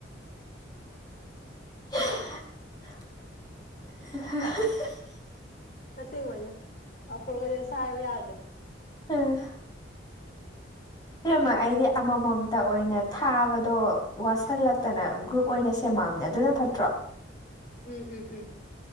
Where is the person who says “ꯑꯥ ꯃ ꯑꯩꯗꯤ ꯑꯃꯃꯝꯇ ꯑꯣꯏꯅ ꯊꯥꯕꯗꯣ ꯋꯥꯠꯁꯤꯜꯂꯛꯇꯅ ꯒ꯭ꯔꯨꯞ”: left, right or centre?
Left